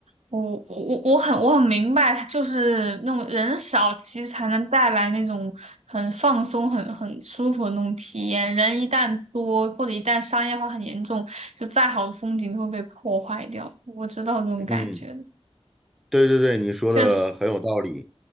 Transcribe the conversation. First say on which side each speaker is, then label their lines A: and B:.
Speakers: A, on the right (about 85°); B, in the centre.
A: 我我我我很我很明白，就是那种人少，其实才能带来那种很放松、很很舒服的那种体验。人一旦多，或者一旦商业化很严重，就再好的风景都会被破坏掉。我知道这种感觉的
B: 嗯，对对对，你说的很有道理。
A: 确实。